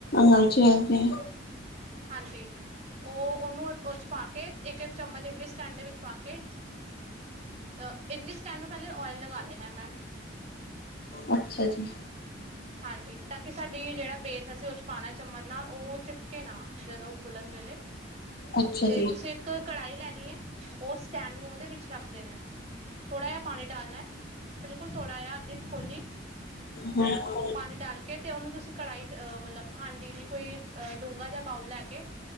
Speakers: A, on the left (about 55°); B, on the right (about 35°).
A: ਹਾਂਜੀ ਜੀ
B: ਹਾਂਜੀ ਉਹ ਉਹਨੂੰ ਉਹ ਚ ਪਾ ਕੇ ਇੱਕ ਇੱਕ ਚਮਚ ਇਡਲੀ ਸਟੈਂਡ ਦੇ ਵਿੱਚ ਪਾ ਕੇ ਅ ਇਡਲੀ ਸ ਕਹਿਣ ਨੂੰ ਪਹਿ ਓਇਲ ਲਗਾ ਲੈਣਾ ਮੈਮ
A: ਅੱਛਾ ਜੀ
B: ਹਾਂਜੀ, ਤਾਂ ਕਿ ਸਾਡੀ ਜਿਹੜਾ ਬੇਸ ਹੈ ਸੀ ਉਸ ਪਾਉਣਾ ਚਮਣ ਨਾਲ ਉਹ ਚਿਪਕੇ ਨਾ, ਜਦੋਂ ਖੁੱਲਣ ਵੇਲੇ
A: ਅੱਛਾ
B: ਤੇ
A: ਜੀ
B: ਤੁਸੀਂ ਕੜਾਹੀ ਲੈਣੀ ਹੈ। ਉਹ ਸਟੈਂਡ ਨੂੰ ਉਹਦੇ ਵਿੱਚ ਰੱਖ ਦੇਣਾ। ਥੋੜਾ ਜਿਹਾ ਪਾਣੀ ਡਾਲਣਾ ਹੈ। ਬਿਲਕੁਲ ਥੋੜਾ ਜਹਾ, ਅੱਧੀ ਕੋਲੀ।
A: ਹਾਂ
B: ਪਾਣੀ ਡਾਲ ਕੇ ਤੇ, ਉਹਨੂੰ ਤੁਸੀਂ ਕੜਾਹੀ ਚਹ ਮਤਲਬ ਹਾਂਡੀ ਦੀ ਕੋਈ ਅਹ ਡੂੰਘਾ ਜਾਂ ਬਾਊਲ ਲੈ ਕੇ